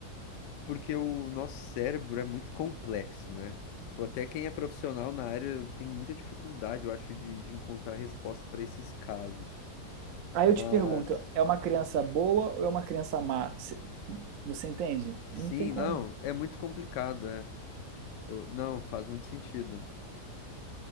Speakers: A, on the left (about 85°); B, on the right (about 65°).
A: porque o nosso cérebro é muito complexo, né? Tipo, até quem é profissional na área tem muita dificuldade, eu acho, de, de encontrar resposta para esses casos.
B: Aí
A: Mas,
B: eu te pergunto, é uma criança boa ou é uma criança má? Cê- Você entende? Não
A: sim,
B: tem como.
A: não, é muito complicado, é. Eu, não, faz muito sentido.